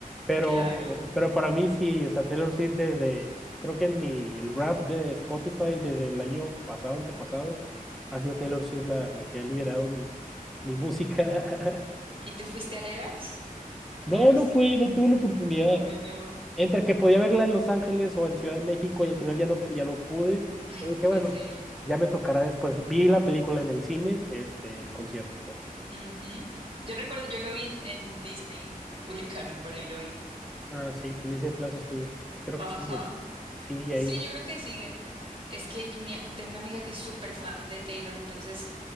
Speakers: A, in the centre; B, on the right.
A: Pero,
B: claro.
A: pero para mí sí, o sea, Taylor Swift desde, creo que en mi el rap de Spotify desde el año pasado, antepasado, ha sido Taylor Swift la, la que ha liderado mis, mi música. <laughs>
B: ¿Y tú fuiste al Eras? ¿Al
A: No,
B: Eras
A: no
B: Tour?
A: fui, no tuve la oportunidad.
B: Ay, no.
A: Entre que podía verla en Los Ángeles o en Ciudad de México y al final ya no, pu- ya no pude.
B: Ay,
A: Y
B: no
A: dije,
B: puede
A: bueno,
B: ser.
A: ya me tocará después. Vi la película en el cine, este, el concierto, pero.
B: Ujú. Yo recuerdo, yo lo vi en, en Disney, lo publicaron, por ahí lo vi.
A: Ah, sí, en Disney Plus estuvo. Creo
B: Ajá.
A: que sigue, sigue
B: Sí,
A: ahí.
B: yo creo que sigue. Es que mi- tengo una amiga que es súper fan de Taylor, entonces